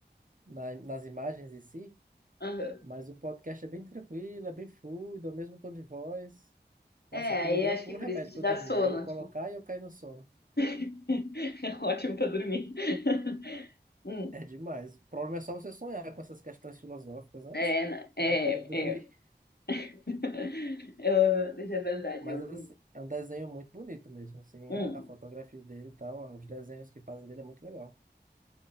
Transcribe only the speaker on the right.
na, nas imagens em si,
mas o podcast é bem tranquilo, é bem fluido, é o mesmo tom de voz.
Nossa, aquilo
ali
é o puro
remédio
pra
eu dormir.
É eu colocar
e eu cair no sono.
É demais. O problema é só você sonhar com essas questões filosóficas, né?
Você
tá querendo dormir.
Mas
assim, é um desenho muito bonito mesmo. Assim,
a, a fotografia dele e tal, os desenhos que fazem dele é muito legal.